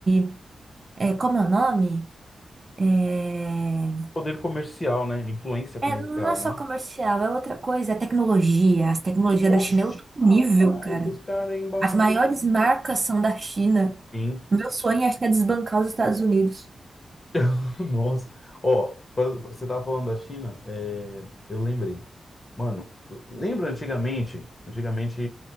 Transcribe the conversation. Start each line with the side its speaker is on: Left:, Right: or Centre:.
Right: de é, como é o nome? É...
Left: poder comercial, né? Influência comercial,
Right: é, não é só
Left: né?
Right: comercial, é outra coisa. É tecnologia. As tecnologias
Left: Oxe,
Right: da China é outro nível,
Left: rapaz,
Right: cara.
Left: os caras aí embaçaram
Right: As maiores
Left: o joguinho.
Right: marcas são da China.
Left: Sim.
Right: Meu sonho acho que é desbancar os Estados Unidos.
Left: <laughs> Nossa. Ó, pra- você tava falando da China, é, eu lembrei. Mano, lembra antigamente? Antigamente,